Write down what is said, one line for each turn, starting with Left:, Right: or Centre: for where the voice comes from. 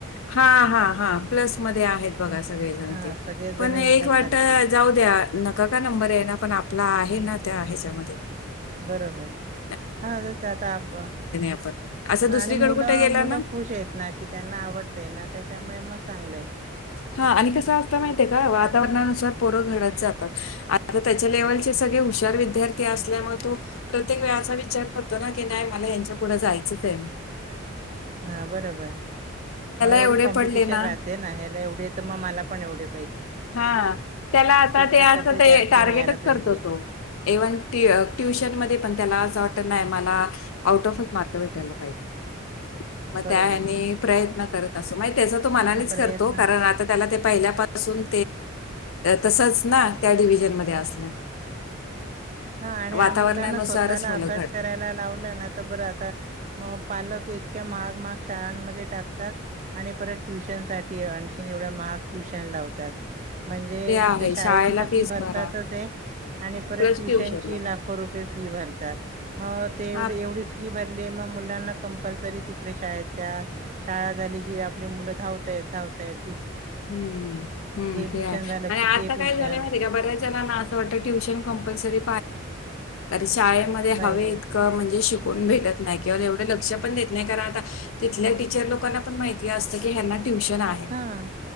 Left: हा हा हा प्लस मध्ये आहेत बघा सगळे जण
Right: हा
Left: ते.
Right: सगळेजण
Left: पण
Right: एकासारखेच
Left: एक वाट जाऊ द्या नका का नंबर आहे ना पण आपला आहे ना. त्या हेच्यामध्ये
Right: बरोबर
Left: त्या?
Right: हा आता
Left: आपण. असं दुसरीकडे
Right: आणि मुलं
Left: कुठे गेला
Right: मुलं
Left: ना
Right: खुश आहेत ना की त्यांना आवड ना त्याच्यामुळे मग चांगलं
Left: हा आणि कस असता माहिय का वातावरणानुसार पोर घडत जातात आता त्याच्या लेवल हु विद्यार्थी असल्याग तो प्रत्येक वे असा विचार करतो नाी नाही मलाच्या पुढ जायच नचम
Right: हा बरोबर मग एवढी
Left: एवढे
Right: कॉम्पिटिशन
Left: पडले ना
Right: राहते ना ह्याला एवढी तर मग मला पण एवढी
Left: हा त्याला आता ते
Right: टक्का
Left: असं
Right: तरी
Left: ते
Right: जास्ती
Left: टार्गेटच
Right: मिळायला पाहिजे
Left: करतो तो इव्हन ट्युशनमध्येध्ये पण त्याला असं वाट नाही मला आउट ऑफ मार्क भेटायला पाहिजे मग
Right: बरोबर
Left: त्या प्रयत्न करत त्याचा तो मनानेच
Right: हा मग प्रयत्न
Left: करतो कारण आता त्याला ते पहिल्यापासून तसच ना त्या डिव्हजन म असल्यामुळे
Right: हा आणि
Left: वातावरणानुसारच
Right: मुलांना स्वतःला
Left: मुलं
Right: अभ्यास
Left: घडतात
Right: करायला लावलाय ना आ तर बरं आता म पालक इतक्या महाग महाग शाळांमध्ये टाकतात आणि परत ट्युशनसाठी आणखी एवढ्या महाग ग ट्युशन लावतात म्हणजे
Left: आहे
Right: ते शाळेची
Left: शाळेला
Right: तर
Left: फीस
Right: फी भरतातच
Left: भरा
Right: ते आणि परत
Left: प्लस ट्युशनला
Right: ट्युशनची लाखो रुपये फी भरतात मग तेवढ
Left: हा
Right: एवढी फी भर म मुलांना कंपलसरी तिकडे शाळेत त्या शाळा झाली की आप मुलंधताय धावतय
Left: ह ते
Right: ट्युशन
Left: आणि
Right: झालं की
Left: आता
Right: ते ट्युशन
Left: काय झालंय माहिय आहे का बऱ्याच जणांना असं वाटत ट्युशन कंपल्सरी शाळेमध्ये
Right: पाहिजेच
Left: हवं म्हणजे श कोण भेटत नाही किंवा एवढे लक्ष पण देत नाही कारण आता तिथल्या टीचर लोकांना पण माहिती असतं की हना ट्युशन आहे
Right: हा